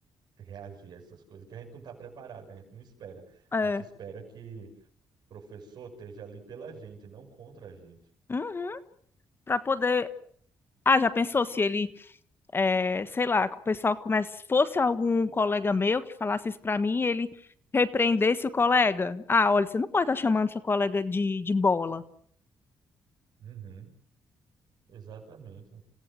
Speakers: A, on the right (about 65°); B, on the left (about 30°).
A: reagir a essas coisas, que a gente não está preparado, né? A gente não espera.
B: É.
A: A gente espera que o professor esteja ali pela gente, não contra a gente.
B: Uhum, pra poder. Ah, já pensou se ele é, sei lá, que o pessoal começa, fosse algum colega meu que falasse isso para mim, ele repreendesse o colega. Ah, olha, você não pode estar chamando seu colega de, de bola.
A: Uhum, exatamente.